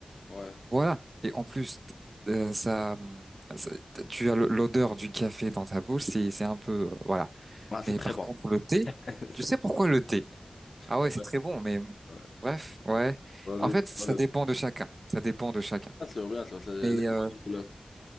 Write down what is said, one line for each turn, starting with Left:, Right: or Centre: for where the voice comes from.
Left: Ouais.
Right: Voilà. Et en plus, euh, ça, hum, ça- tu as le- l'odeur du café dans ta bouche. C'est c'est un peu euh, voilà.
Left: Ah, c'est
Right: Mais
Left: très
Right: par
Left: bon.
Right: contre, le thé,
Left: <laughs>
Right: tu sais pourquoi le thé? Ah ouais,
Left: Ouais,
Right: c'est très bon. Mais
Left: ouais.
Right: bref, ouais.
Left: Dans les-
Right: En fait, ça
Left: dans le-
Right: dépend de chacun. Ça dépend de chacun.
Left: Bien sûr, bien sûr, c'est
Right: Mais
Left: les bonnes
Right: euh,
Left: couleurs.